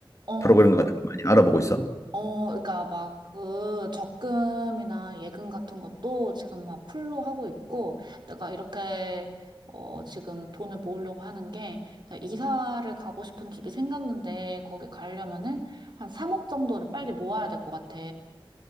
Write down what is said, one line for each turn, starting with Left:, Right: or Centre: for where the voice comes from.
Right: 어, 어.
Left: 프로그램 같은 거 많이 알아보고 있어?
Right: 어, 그러니까 막 그 적금이나 예금 같은 것도 지금 막 풀로 하고 있고 내가 이렇게 어, 지금 돈을 모으려고 하는 게 나 이사를 가고 싶은 집이 생겼는데 거기 가려면은 한 3억 정도를 빨리 모아야 될 것 같아.